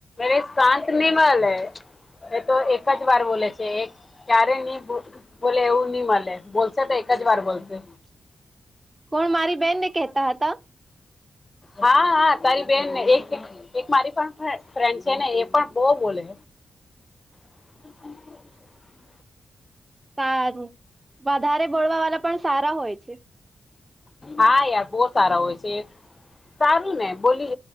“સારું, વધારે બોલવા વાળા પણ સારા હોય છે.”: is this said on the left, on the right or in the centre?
Right